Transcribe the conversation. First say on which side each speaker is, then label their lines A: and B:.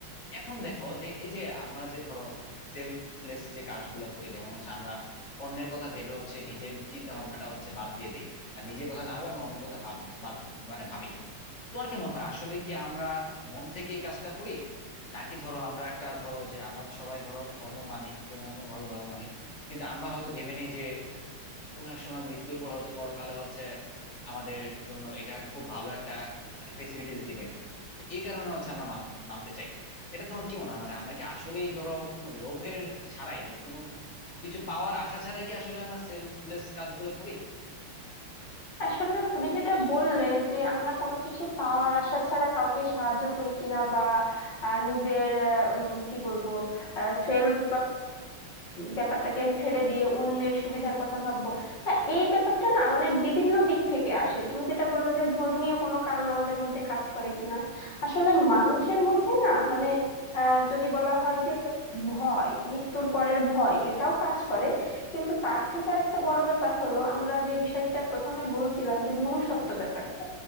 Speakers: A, on the left; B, on the left.
A: এখন দেখো যে এই যে আমরা যে ধরো সেলফলেস যে কাজগুলো করি যেমন হচ্ছে আমরা অন্যের কথা ভেবে হচ্ছে নিজের চিন্তা ভাবনাটা হচ্ছে বাদ দিয়ে দিই মানে নিজের কথা না ভেবে আমরা অন্যের কথা ভাব বাদ মানে ভাবি তোমার কি মনে হয় আসলে কি আমরা মন থেকে এই কাজটা করি নাকি ধরো আমরা একটা ধরো যে আমরা তো সবাই ধরো ধর্ম মানি কোনো না কোনো ভাবে ধর্ম মানি কিন্তু আমরা হয়তো ভেবে নিই যে কোনো এক সময় মৃত্যুর পর হয়তো পরকালে হচ্ছে আমাদের জন্য এটা খুব ভালো একটা মানে ফেসিলিটিস দিবে তো এই কারণে হচ্ছে আমরা মান- মানতে চাই এটা তোমার কি মনে হয় মানে আমরা কি আসলেই ধরো কোনো লোভের ছাড়াই মানে কোনো কিছু পাওয়ার আশা ছাড়াই কি আসলে আমরা সেলফলেস কাজগুলো করি
B: আসলে তুমি যেটা বললে যে আমরা কোনো কিছু পাওয়ার আশা ছাড়া কাউকে সাহায্য করি কিনা বা আহ, নিজের আহ, উম, কি বলবো সেলফ ব্যাপারটাকে ছেড়ে দিয়ে অন্যের সুবিধার কথা ভাববো তা এই ব্যাপারটা না মানে বিভিন্ন দিক থেকে আসে তুমি যেটা বললে যে ধর্মীয় কোনো কারণ আমাদের মধ্যে কাজ করে কিনা আসলে মানুষের মধ্যে না মানে আহ, যদি বলা হয় যে ভয় মৃত্যুর পরের ভয় এটাও কাজ করে কিন্তু তার থেকে আর একটা বড় ব্যাপার হলো আমরা যে বিষয়টা প্রথমেই বলছিলাম যে মনুষ্যত্ব ব্যাপারটা